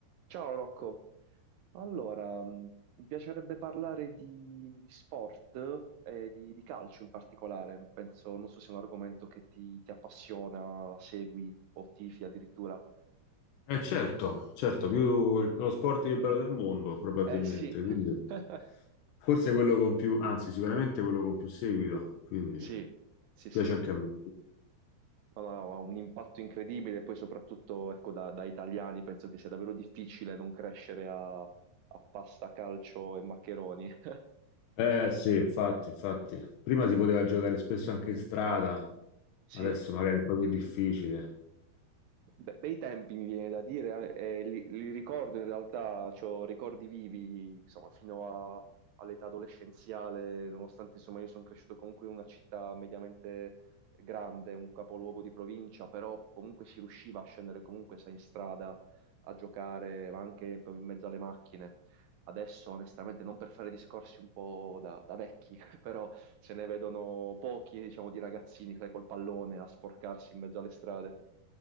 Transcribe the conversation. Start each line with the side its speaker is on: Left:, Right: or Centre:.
Right: Ciao Rocco, allora mh, mi piacerebbe parlare di, di sport e di, di calcio in particolare, penso, non so se è un argomento che ti, ti appassiona, segui o tifi addirittura.
Left: Eh certo, certo, più lo sport più bello del mondo probabilmente,
Right: Eh sì,
Left: quindi
Right: <laughs>
Left: forse quello con più, anzi sicuramente quello con più seguito, quindi
Right: sì, sì, sì,
Left: piace anche a me.
Right: No, no, ha un impatto incredibile, poi soprattutto ecco, da, da italiani penso che sia davvero difficile non crescere a, a pasta, calcio e maccheroni. <laughs>
Left: Eh sì, infatti, infatti. Prima si poteva giocare spesso anche in strada,
Right: Sì.
Left: adesso magari è un po' più difficile.
Right: Be- bei tempi mi viene da dire, eh, e li, li ricordo in realtà, ho ricordi vivi, insomma, fino a- all'età adolescenziale, nonostante insomma io sono cresciuto comunque in una città mediamente grande, un capoluogo di provincia, però comunque si riusciva a scendere comunque, sai, in strada a giocare, ma anche poi in mezzo alle macchine. Adesso, onestamente, non per fare discorsi un po' da, da vecchi, <laughs> però se ne vedono pochi, diciamo, di ragazzini, sai, col pallone a sporcarsi in mezzo alle strade.